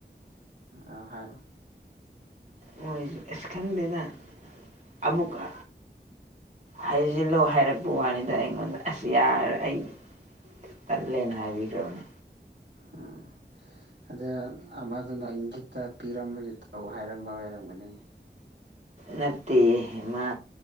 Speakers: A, on the right; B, on the right.
A: ꯑ ꯍꯥꯏꯔꯣ
B: ꯈꯣꯏ ꯏꯁꯁꯀꯔꯗꯅ <inaudible> ꯑꯕꯣꯛ ꯀ ꯍꯩꯖꯤꯜꯂꯣ ꯍꯥꯏꯔꯛꯄ ꯋꯥꯅꯤꯗ ꯑꯩꯉꯣꯟꯗ ꯑꯁ ꯌꯥꯔ ꯑꯩ ꯇꯠꯂꯦꯅ ꯍꯥꯏꯕꯤꯈ꯭ꯔꯕꯅꯤ
A: ꯎꯝ ꯑꯗ ꯑꯃꯗꯨꯅ ꯑꯩꯒꯤꯇ ꯄꯤꯔꯝꯕꯒꯤ ꯇꯧ ꯍꯥꯏꯔꯝꯕ ꯑꯣꯏꯔꯝꯒꯅꯤ
B: ꯅꯠꯇꯦꯌꯦ ꯃꯥ